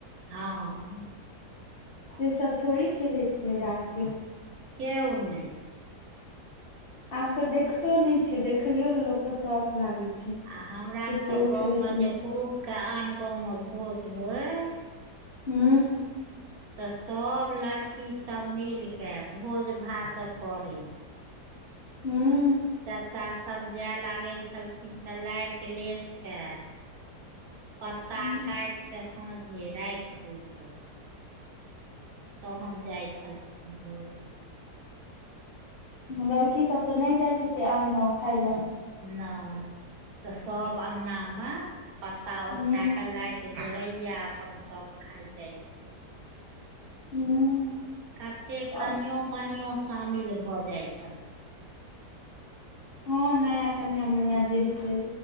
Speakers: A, on the right (about 70°); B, on the left (about 80°).
A: हँ
B: से सब थोड़े खेले छै आब के
A: केओ नहि
B: आब के देखतो न छियै देखयो ले लोक के शौख लागे छै
A: आ हमरा
B: जे
A: सब
B: केओ
A: गाँवमे
B: खेलैत रहे
A: जे पुरुषके आन गाँवमे भोज होय
B: हू
A: तऽ सभ लड़की सब मिल क भोज भात करे
B: हूँ
A: चाचा सब जाय लागै छलखिन तऽ लाइट लेस कऽ
B: <inaudible>
A: पत्ता
B: हूँ
A: काट के साँझे राख देय छलखिन तहन जाइ छलखिन भोग
B: लड़की सब तऽ नहि जायत होेते आन गाँंव खााय लए
A: ना तऽ सब अंगना मे पत्ता
B: हूँ
A: ओछा के लाइट दड़ेया अपन सब खाय जाइया
B: हूँ
A: कतेक
B: आब
A: कनियों मनियों शामिल भऽ जाइत छल
B: हँ नया कनिया मनिया जे हेतै